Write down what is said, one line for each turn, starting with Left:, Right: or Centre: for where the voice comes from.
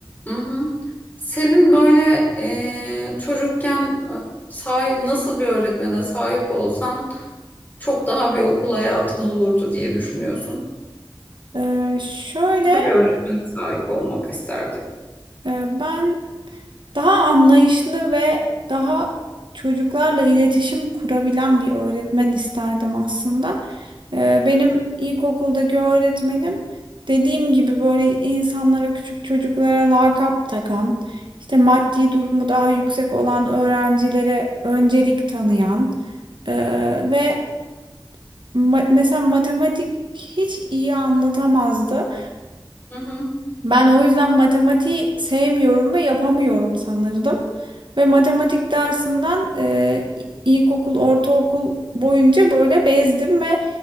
Left: hı hı. Senin böyle e, çocukken e, sahi- nasıl bir öğretmene sahip olsan çok daha bir okul hayatın olurdu diye düşünüyorsun.
Right: Ee, şöyle
Left: Nasıl bir öğretmene sahip olmak isterdin?
Right: e, ben daha anlayışlı ve daha çocuklarla iletişim kurabilen bir öğretmen isterdim aslında. Ee, benim ilkokuldaki öğretmenim dediğim gibi böyle insanlara küçük çocuklara lakap takan, işte maddi durumu daha yüksek olan öğrencilere öncelik tanıyan e, ve ma- mesela matematik hiç iyi anlatamazdı.
Left: Hı hı.
Right: Ben o yüzden matematiği sevmiyorum ve yapamıyorum sanırdım. Ve matematik dersinden e, i- ilkokul, ortaokul boyunca böyle bezdim ve